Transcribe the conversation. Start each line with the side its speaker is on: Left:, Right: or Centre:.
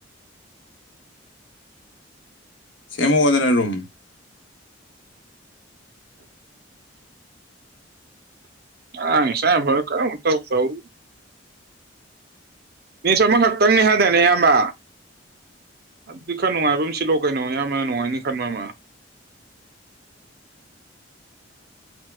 Left: ꯁꯦꯃꯛ ꯑꯣꯗꯅ ꯔꯣꯝ
Right: ꯑꯉꯥꯡ ꯃꯆꯥ ꯐꯔ ꯀꯔꯤꯅꯣꯝ ꯏꯇꯧ ꯇꯧꯏ ꯃꯤꯁ ꯑꯃꯈꯛꯇꯪꯅꯤ ꯍꯥꯏꯗꯅꯦ ꯑꯌꯥꯝꯕ ꯑꯗꯨꯗꯤ ꯈꯔ ꯅꯨꯡꯉꯥꯏꯕ ꯑꯃ ꯁꯤꯜꯂꯣ ꯀꯩꯅꯣ ꯑꯌꯥꯝꯕꯅ ꯅꯨꯡꯉꯥꯏꯅꯤ ꯈꯟꯕ ꯑꯃ